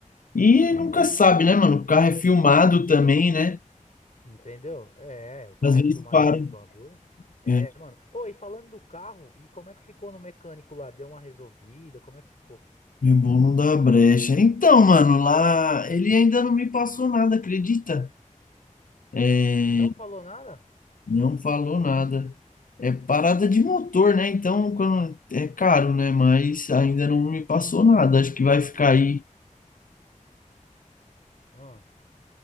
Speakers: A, on the left (about 80°); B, on the left (about 65°).
A: e nunca sabe, né, mano? O carro é filmado também, né?
B: Entendeu? É, o carro
A: Às vezes
B: é filmado
A: para.
B: esses bagulho. É,
A: É,
B: mano. Ô, e falando do carro, e como é que ficou no mecânico lá? Deu uma resolvida? Como é que ficou?
A: meu bom não dá brecha. Então, mano, lá ele ainda não me passou nada, acredita? É,
B: Não falou nada?
A: não falou nada. É parada de motor, né? Então, quando é caro, né? Mas ainda não me passou nada. Acho que vai ficar aí.
B: Hum.